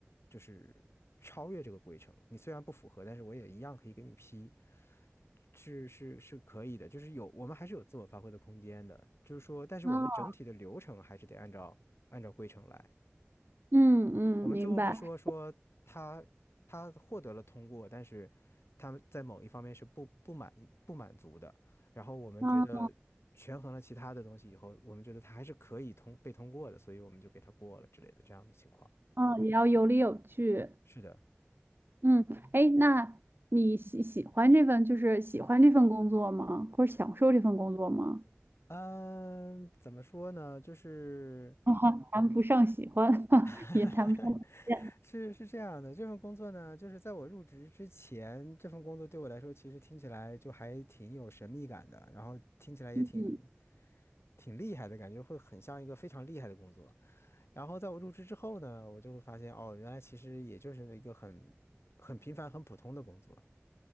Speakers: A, on the left; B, on the right.
A: 就是超越这个规程，你虽然不符合，但是我也一样可以给你批。是是是可以的，就是有我们还是有自我发挥的空间的，就是说，但是我们整体的流程还是得按照按照规程来。
B: 啊，嗯嗯，
A: 我们最后会说说他他获得了通过，
B: 明白。
A: 但是他在某一方面是不不满不满足的，然后我们觉得权衡了其他的东西以后，
B: 嗯
A: 我们觉得他还是可以通被通过的，所以我们就给他过了之类的这样的情况。
B: 嗯，也要有理有据。
A: 是的，
B: 嗯，哎，那你喜喜欢这份就是喜欢这份工作吗？或者享受这份工作吗？
A: 嗯，怎么说呢？就是
B: <laughs> 啊哈，谈不上喜欢，<laughs>
A: <laughs>
B: 也谈不上讨厌。
A: 是是这样的，这份工作呢，就是在我入职之前，这份工作对我来说，其实听起来就还挺有神秘感的，然后听起来也挺
B: 嗯
A: 挺厉害的感觉，会很像一个非常厉害的工作。然后在我入职之后呢，我就会发现，哦，原来其实也就是一个很很平凡、很普通的工作。